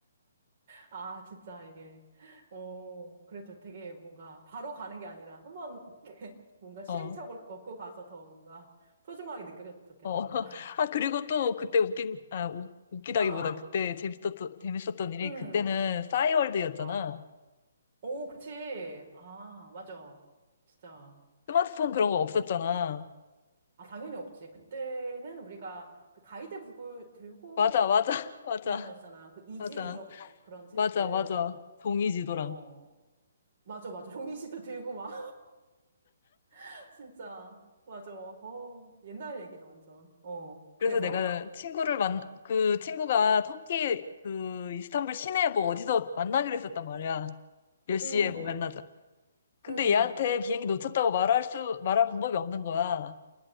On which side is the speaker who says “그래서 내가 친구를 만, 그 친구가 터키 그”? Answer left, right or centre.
Left